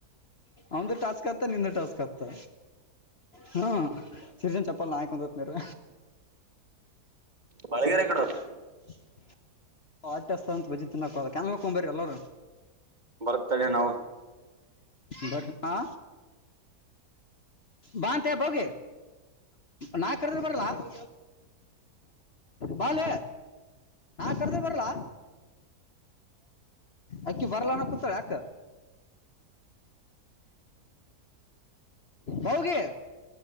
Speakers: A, on the left; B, on the right.
A: ಒದು ಟಾಚ್ ಕತ್ತಾ ನಿನ್ನೆ ಟಾಚ್ ಕತಾ ಹ್ಮ ಸಿರಿಜನ್ ಚಪ್ಪಲ್ಲ ನಯ್ಕಂದತ್ನ್ರ
B: ಬಳಗರೆ ಇಕಡ
A: <unintelligible> ಆಟಸ್ತ ಅಂತ ಬಜಿ ತಿನ್ನಾಕೋದ ಕನ್ ಹಕೊಂಬ್ರ ಎಲ್ಲಾರೂ
B: ಬರ್ತಡೆ ನಾವು
A: ಬ ಆ ಬಂತ ಬೋಗಿ ನಾ ಕರೆದ್ರೆ ಬರಲ್ಲಲ್ಲು ಬಾಾಲ ಕ ಬರ್ಲಾ ಅಕ್ಕಿ ಬರಲಾನ ಕೂತ್ಳ ಅಕ
B: <unintelligible>
A: ಹೌಗೆಿ